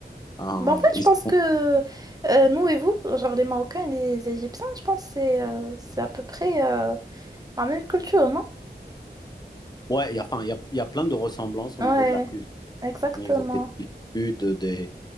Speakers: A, on the left; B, on the right.
A: Euh,
B: Bah, en fait,
A: ils
B: je pense
A: sont-
B: que euh, nous et vous, genre les Marocains et les Égyptiens, je pense que c'est euh, c'est à peu près euh, la même culture, non?
A: ouais, il y a, enfin, il y a, il y a plein de ressemblances au
B: Ouais,
A: niveau de la culture,
B: exactement.
A: au niveau des habitudes, des-